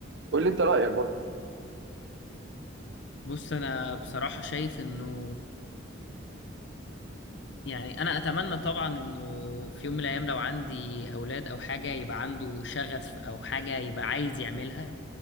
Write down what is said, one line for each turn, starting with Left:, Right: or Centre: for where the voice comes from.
Right: قول لي انت رايك برضو
Left: بص انا بصراحة شايف انه يعني انا اتمنى طبعا انه في يوم من الايام لو عندي اولاد او حاجة يبقى عنده شغف او حاجة يبقى عايز يعملها